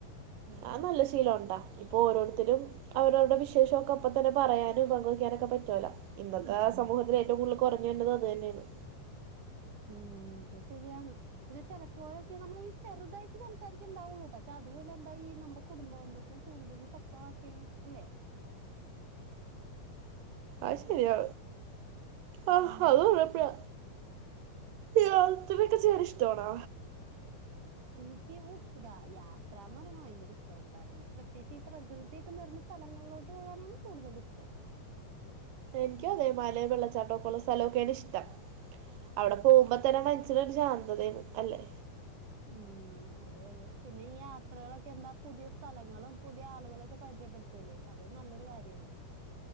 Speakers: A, on the right; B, on the right.
A: അഹ് നല്ല ശീലൊണ്ട ഇപ്പൊ ഓരോരുത്തരും അവരവരുടെ വിശേഷൊക്കെ അപ്പ തന്നെ പറയാനും പങ്കുവയ്ക്കാനൊക്കെ പറ്റോലോ. ഇന്നത്തേ സമൂഹത്തിന്
B: ഉം.
A: ഏറ്റവും കൂടുതൽ കൊറഞ്ഞു വരുന്നതു അത് തന്നെയാണ്.
B: ഊം ഇതു ശരിയാണ്. പിന്നെ ചെലപ്പോയൊക്കെ നമ്മള് ഈ ചെറുതായിട്ട് സംസാരിക്കപണ്ടാവൊള്ളൂ പക്ഷ് അതുപോലെ എന്താ ഈ നമ്മടെ കുടുംബന്ധത്തിന് കൂടുതല് ശക്തമാക്കിയാണ് അല്ലെ
A: അയ് ശരിയാ ആഹ്
B: ഉം.
A: അത് ഓലപ്ലാ യാത്രയൊക്കെ ചെയ്യാനിഷ്ടാണോ
B: ഇനിക്ക് ഊഹ് യാത്രാന്ന് പറയണ ഭയങ്കരഷ്ടാണ് ട്ടാ പിന്നെ പ്രത്യേകിച്ച് ഈ പ്രകൃതിയൊക്കെ നടന്ന് സ്ഥലങ്ങളിലോട്ട് പോകാനാണ് കൂടുതൽ ഇഷ്ടം
A: എനിയ്ക്കും അതേ മലേം വെള്ളച്ചാട്ടൊക്കെള്ള സ്ഥലൊക്കേണിഷ്ടം അവിടെ പോവുമ്പോതന്നെ മൻസിനൊരു ശാന്തതേണ് അല്ലേ
B: ഉം അതെ അതെ പിന്നെ ഈ യാത്രകളൊക്കെന്താ പുതിയസ്ഥലങ്ങളും പുതിയആളുകളൊക്കെ പരിചയപ്പെടു ത്തുലെ അതും നല്ലൊരു കാര്യംല്ലേ